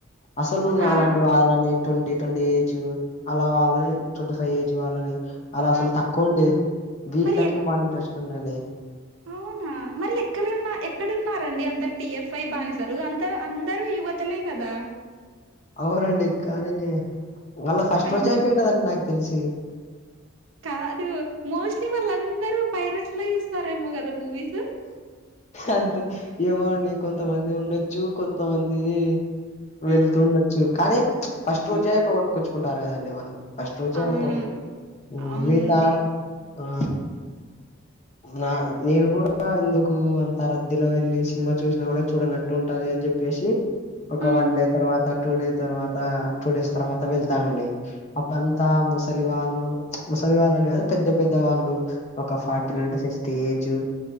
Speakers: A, on the left; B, on the right.
A: అసలు
B: అవునా
A: నాలాంటి వాళ్ళని ట్వంటీ ట్వంటీ ఏజూ అలా వాళ్ళని
B: ఆ!
A: ట్వంటీ ఫై ఏజ్ వాళ్ళని అలా అసలు
B: ఆ!
A: తక్కువండి వీళ్ళకి
B: మరి
A: బా ఇంట్రెస్టుండండి
B: అవ్నా మరి ఎక్కరన్నా ఎక్కడున్నారండి అందరు టిఎఫ్ఐ బానిసలు అంతరు అందరు యువతలే గదా
A: అవ్నండి కానీ వాళ్ళా ఫస్ట్
B: అం
A: రోజైపోయి ఉంటదండి నాకు తెల్సి
B: కాదు మోస్ట్లీ వాళ్ళందరూ పైరస్లో చూస్తారేమో గదా మూవీసు
A: అంతే ఏమోండి కొంతమంది ఉండొచ్చు కొంతమందీ
B: హ్మ్.
A: వెళ్తుండొచ్చు కానీ ఫస్ట్
B: హ్మ్.
A: రోజైపోగొట్టుకొచ్చుకుంటారు కదండి వాళ్ళు ఫస్ట్ రోజే
B: అవును
A: అయ్ పొడుదు ఉ
B: అవునులే
A: మీ తాడ్ ఆ నా నేను కూడా తా ఎందుకు అంత రద్దీలో వెళ్ళి సినిమా చూస్నా కూడా చూడనట్టు ఉంటది అని జెప్పేశి ఒక
B: ఆ!
A: వన్ డే తర్వాత టూ డే తర్వాత టూడేస్ తర్వాత వెళ్తనండి అప్పుడంతా ముసలివాళ్ళు ముసల్వాళ్ళనే కాదు పెద్ద పెద్ద వాళ్ళు ఒక ఫార్టీన్
B: ఆ!
A: అంటే ఫిఫ్టీ ఏజు